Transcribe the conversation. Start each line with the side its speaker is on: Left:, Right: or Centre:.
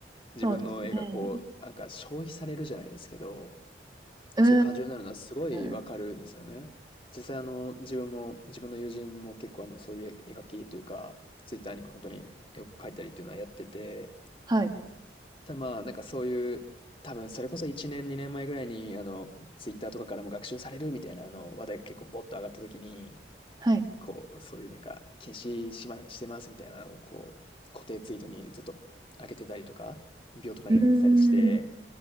Left: 自分の絵がこう、
Right: そうですね。
Left: なんか消費されるじゃないですけど、
Right: うー
Left: そういう感情になるのはすごいわかるんですよね。
Right: ん。
Left: 実際あの、自分も、自分の友人も結構あの、そういう絵描きというか、ツイッターに本当によく描いたりっていうのはやってて、
Right: はい。
Left: ただまあ、なんかそういう、多分それこそ1年、2年前ぐらいに、あの、ツイッターとかからも学習されるみたいなあの、話題が結構ポッと上がった時に、
Right: はい。
Left: こう、そういうなんか、禁止しま、してますみたいなのをこう、固定ツイートにずっと上げてたりとか、秒とかに上げてたりして、
Right: うーん。